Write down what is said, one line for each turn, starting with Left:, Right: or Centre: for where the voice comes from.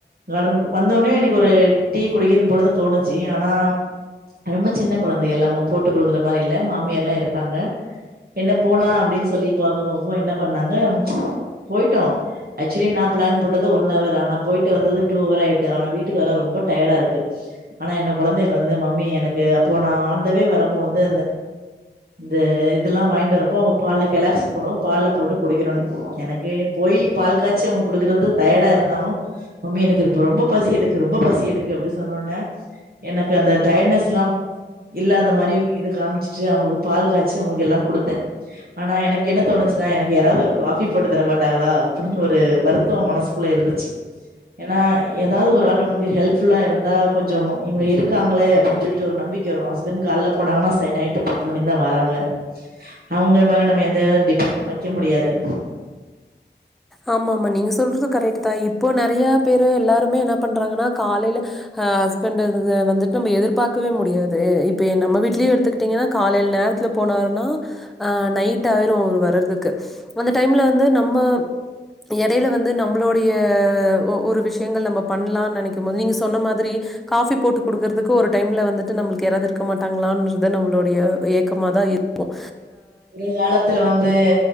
Right: கார்டன் வந்தோனே எனக்கு ஒரு டீ குடிக்கன்னு போழுது தான்தோணுச்சு ஆனா ரொம்ப சின்ன குழந்தைகள் அவங்க போட்டு கொடுக்கற மாரியில்ல மாமியார்லாம் இருக்காங்க என்ன போலாம் அப்படின்னு சொல்லி பாக்கப்போரப்ப என்ன பண்ணாங்க போயிட்டோம் ஆக்சுவலி நான் பிளான் போட்டது ஒன் அவர் ஆனா போயிட்டு வந்தது டூ அவராயிட்டு ஆனா வீட்டுக்கு வர ரொம்ப டயர்டா இருக்கு ஆனா என்ன கொழந்தைகள் வந்து மம்மி எனக்கு அப்போ நான் ஆண்தவே வரும்போ இந்த இந்த இதெல்லாம் வாங்கிட்டு வரப்போ அவங்க பால்ல கெலாக்ஸ் போடும் பால்ல போட்டு குடிக்கும் எனக்கு போய் பால் காய்ச்சி அவளுக்கு கொடுக்குறது டயடா இருந்தாலும் மம்மி எனக்கு இப்ப ரொம்ப பசி எடுக்கு ரொம்ப பசி எடுக்கு அப்படின்னு சொன்னோனே எனக்கு அந்த டைட்னஸ் எல்லாம் இல்லாத மாதிரி இது காமிச்சுட்டு அவங்களுக்கு பால் காய்ச்சி அவங்களுக்கு எல்லாம் கொடுத்தேன் ஆனா எனக்கு என்ன தோணுச்சுன்னா எனக்கு யாராவது ஒரு காஃபி போட்டு தர மாட்டாங்களா அப்படின்னு ஒரு வருத்தம் மனசுக்குள்ள இருந்துச்சு ஏன்னா ஏதாவது ஒரு ஆள் நம்மளுக்கு ஹெல்ப் ஃபுல்லா இருந்தா கொஞ்சோ இவங்க இருக்காங்களே அப்படின்னு சொல்லிட்டு ஒரு நம்பிக்கை வரும் ஹஸ்பண்ட் காலயில போனாங்கன்னா ச நைட்டு பத்து மணிக்கு தான் வராங்க அவங்க மேல நம்ம எந்தது டிப் வைக்க முடியாது
Centre: ஆமாம்ம நீங்க சொல்றது கரெக்ட் தான் இப்போ நிறைய பேரு எல்லாருமே என்ன பண்றாங்கன்னா காலையில அஹ் ஹஸ்பண்ட் வந்துட்டு நம்ம எதிர்பார்க்கவே முடியாது இப்ப நம்ம வீட்லயே எடுத்துக்கிட்டீங்கன்னா காலையில நேரத்துல போனாருன்னா ஆஹ் நைட் ஆயிரும் அவ வர்றதுக்கு அந்த டைம்ல வந்து நம் நம்ம எடையில வந்து நம்மளோடைய ஒரு விஷயங்கள் நம்ம பண்ணலாம்னு நெனைக்கும் போது நீங்க சொன்ன மாதிரி காஃபி போட்டு குடுக்கறதுக்கு ஒரு டைம்ல வந்துட்டு நம்மளுக்கு யாராது இருக்க மாட்டாங்களான்றது நம்மளோடைய ஏக்கமாதான் இருக்கும்
Right: ஒரு காலத்துல வந்து